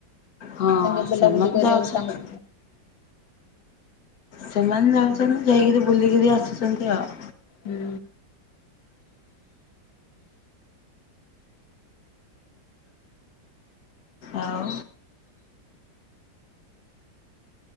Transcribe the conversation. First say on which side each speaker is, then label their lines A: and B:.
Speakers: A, on the left; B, on the left.
A: ହଁ
B: ତାଙ୍କେ ବୁଲାବୁଲି
A: ସେମାନେ
B: କରିବାକୁ
A: ଯାଉଛନ୍ତି
B: ତାଙ୍କୁ
A: ସେମାନେ ଯାଉଛନ୍ତି ଯାଇକରି ବୁଲିକରି ଆସୁଛନ୍ତି ଆଉ-
B: ହୁଁ।
A: ଆଉ।